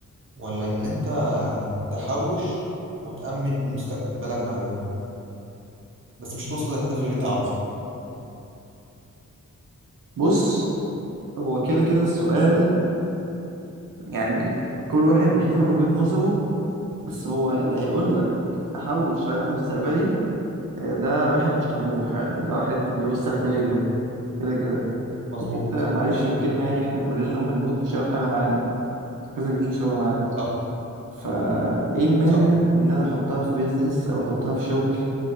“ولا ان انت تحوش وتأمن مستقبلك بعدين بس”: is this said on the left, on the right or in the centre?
Right